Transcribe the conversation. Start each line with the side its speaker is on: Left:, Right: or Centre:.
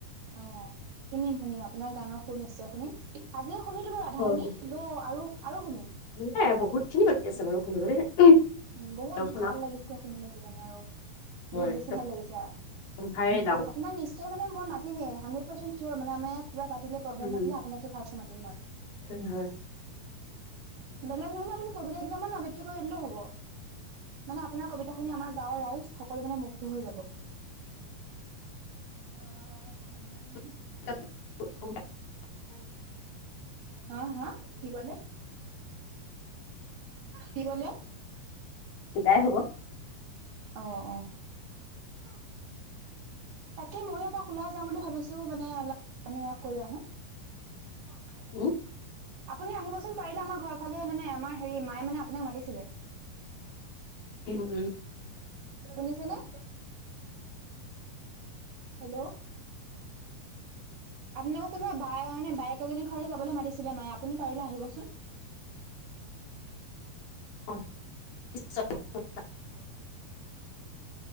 Right: অঁ শুনিম শুনিম আপোনাৰ গানৰ সুৰ নিশ্চয় শুনিম আজি শুনিলো বাৰু আধাখিনি
Left: হয়,
Right: আৰু আৰু শুনিম।
Left: নাই বহুত খিনি <unintelligible>
Right: উ বহুত
Left: শুনাম
Right: ভাল লাগিছে শুনি মেকি মানে আৰু
Left: হয়
Right: বহুত বেছি
Left: একদম
Right: ভাল লাগিছে আৰু।
Left: ভায়ে লাভ
Right: আপোনাক নিশ্চয় মানে মই মাতিমেই হানডেত পাৰ্চেন মানে আমাৰ ইয়াত কিবা পাতিলে প্ৰগ্ৰেম
Left: উম,
Right: পাতিলে আপোনাকে ফাৰচ মাতিম মই।
Left: হয়
Right: বেলেগ নহলে আপুনি কবিতা দুটামানৰ আবৃত্তি কৰি দিলেও হ'ব। মানে আপোনাৰ কবিতা শুনি আমাৰ গাঁওৰ ৰাইজ সকলো মানে মুগ্ধ হৈ যাব। <unintelligible>
Left: <unintelligible>
Right: অঁ হাঁ হাঁ কি কলে? কি কলে??
Left: গাই হ'ব
Right: অঁ অঁ <unintelligible> ত ময়ো এপাক ওলাই যা বুলি ভাবিছো মানে অলপ মৰনিং ৱাক কৰি আহো। <unintelligible>
Left: উম,
Right: আপুনি আহিবচোন পাৰিলে আমাৰ ঘৰৰ ফালে মানে আমাৰ হেৰি মায়ে মানে আপোনাক মাতিছিলে।
Left: উম, উম।
Right: শুনিছেনে! হেল্ল' আপোননোকো কোনোবা বাই মানে বায়েক এইজনী ঘৰলৈ যাবলৈ মাতিছিলে মায়ে আপুনি পাৰিলে আহিবচোন।
Left: <unintelligible> <inaudible>
Right: <inaudible>